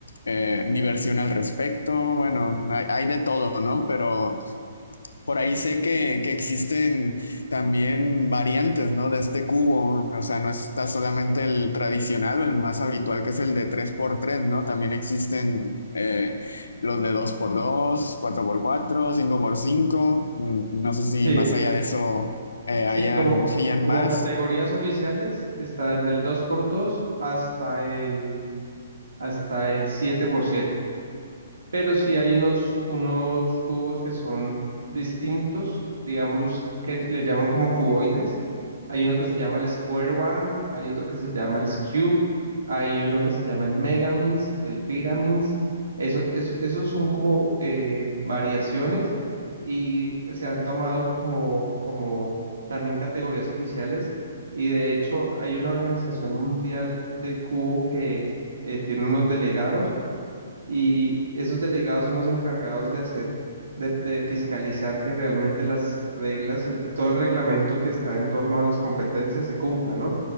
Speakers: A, on the left (about 85°); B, on the right (about 80°).
A: eh, diversión al respecto. Bueno, hay, hay de todo, ¿no? Pero por ahí sé que, que existen también variantes, ¿no? De este cubo. O sea, no está solamente el tradicional o el más habitual, que es el de tres por tres no También existen eh, los de dos por dos cuatro por cuatro cinco por cinco Mm, No sé si
B: Sí,
A: más allá de eso eh,
B: sí,
A: hayan,
B: como,
A: hayan
B: como
A: más.
B: categorías oficiales está desde el dos por dos hasta el, hasta el siete por siete. pero sí hay unos, unos cubos que son distintos, digamos, que le llaman como cuboides. Hay uno que se llama el Square One, hay otro que se llama el Cube, hay uno que se llama el Megamins, el Pyraminx. Eso, eso- esos son como eh, variaciones y se han tomado como, como también categorías oficiales. Y de hecho hay una organización mundial del cubo que eh, tiene unos delegados y esos delegados son los encargados de hacer, de, de fiscalizar que realmente las reglas, el- todo el reglamento que está en torno a las competencias se cumpla, ¿no?